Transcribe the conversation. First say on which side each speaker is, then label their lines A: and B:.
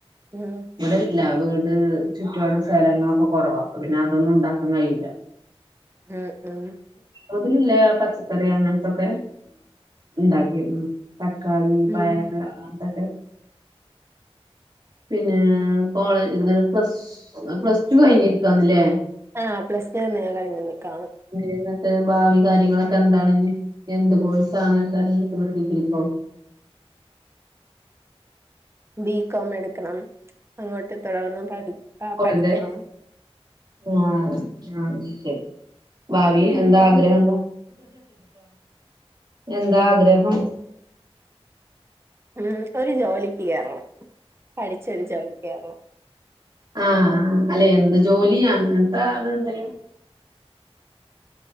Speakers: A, on the right (about 25°); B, on the right (about 45°).
A: ഉം
B: ഇവടെല്ല വീട് ചുറ്റുപാടും സ്ഥലങ്ങളൊക്കെ കൊറവാ അപ്പ പിന്നെ അതൊന്നും ഇണ്ടാക്കാൻ കയ്യൂല
A: ഉം ഉം
B: അതിലില്ലെ പച്ചക്കറി അങ്ങൻത്തൊക്കെ ഇണ്ടാക്കിരുന്നു തക്കാളി പയറ്
A: ഉം
B: അങ്ങൻതൊക്കെ പിന്നെ കോളേജ് പ്ലസ് പ്ലസ് ടു കഴിഞ്ഞിരിക്കാണ് ല്ലേ
A: ആഹ് പ്ലസ് നേന്ന് ഞാൻ കഴിഞ്ഞു നിക്കാണ്
B: പിന്നെ എന്നിട്ട് ഭാവി കാര്യങ്ങളൊക്കെ എന്താണ് ഇഞ്ഞ് എന്ത് കോഴസാണ് തിരഞ്ഞെടുക്കുന്ന ഡിഗ്രിക്കോ
A: ബി കോോം എടുക്കണം അങ്ങോട്ട് തുടർന്ന് പഠി ആ
B: വെറുതെ
A: പഠിക്കണം
B: ആഹ് ആ ശരി ഭാവി എന്താ ആഗ്രഹെന്താ എന്താ ആഗ്രഹം
A: ഉം ഒരു ജോലിക്ക് കേർണം പഠിച്ചൊരു ജോലിക്ക് കേർണം
B: ആ ആ അല്ലെ എന്ത് ജോലിയാ അങ്ങൻത്ത അതെന്തേലും